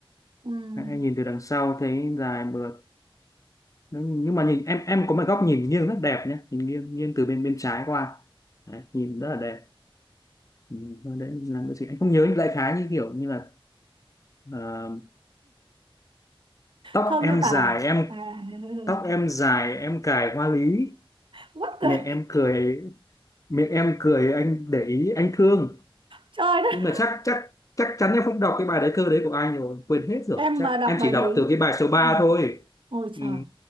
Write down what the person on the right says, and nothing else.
Ừm,
thơ miêu
tả
à
À,
<laughs>
what the
trời đất
em
mà đọc
bài
đấy
Ồ,
ôi
trời